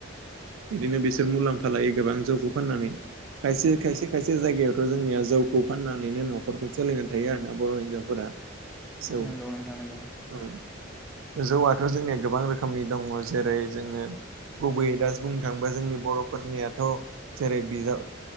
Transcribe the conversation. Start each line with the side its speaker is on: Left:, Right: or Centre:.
Right: बिदिनो बिसोर मुलाम्फा लायो गोबां जौखौ फाननानै
Centre: नंगौ
Right: खायसे खायसे खायसे जायगायाव बे जोंनिया जौखौ फाननानैनो नखरखौ सोलिना थायो आरोना बर हिनजावफोरा जौ
Centre: नंगौ नोंथां नंगौ
Right: औ जौआथ जोंनिया गोबां रोखोमनि दङ जेरै जोङो गुबैयै दास बुंनो थाङोबा जोंनि बरफोरनियाथ‌ जेरै बिजाब